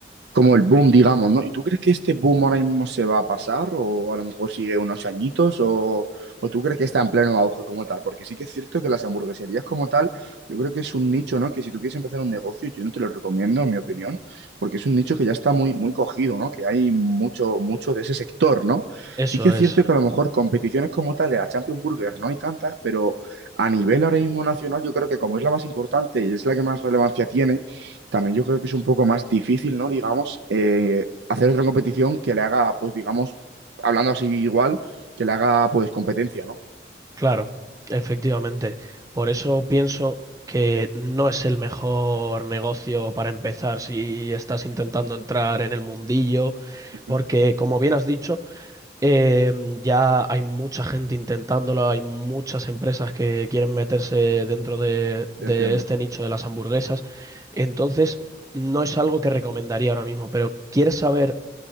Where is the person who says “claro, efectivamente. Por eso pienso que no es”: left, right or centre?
Right